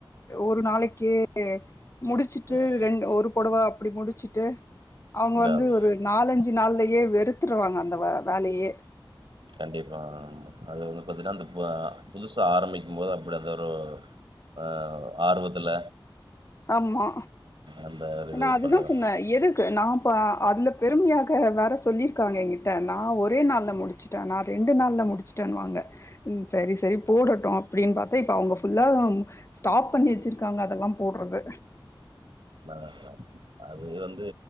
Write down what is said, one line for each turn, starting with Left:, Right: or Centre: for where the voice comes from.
Left: ஒரு நாளைக்கு எ முடிச்சுட்டு
Right: ம்
Left: ரெண் ஒரு பொடவ அப்டி முடிச்சுட்டு அவங்க
Right: இந்த
Left: வந்து
Right: அது
Left: ஒரு நாலஞ்சு நாள்லேயே வெறுத்துருவாங்க அந்த வ வேலையே
Right: கண்டிப்பா அது வந்து பாத்தீங்கன்னா அந்த பு அ புதுசா ஆரம்பிக்கும்போது அப்டிதா ஒரு ஆ ஆர்வத்துல
Left: ஆமா
Right: அந்த இது
Left: நா அதுதா
Right: பண்றது.
Left: சொன்னே எது கு நா பா அதுல பெருமையாக வேற சொல்லியிருக்காங்க எகிட்ட நா ஒரே நாள் முடிச்சு நா ரெண்டு நாள்ல முடிச்சுட்டேனுவாங்க ம் சரி சரி போடட்டு அப்டின்னு பாத்தா இப்ப அவங்க ஃபுல்லா ஸ்டாப் பண்ணி வெச்சிருக்காங்க அதெல்லாம் போடுறது
Right: நல்லா <inaudible> அது வந்து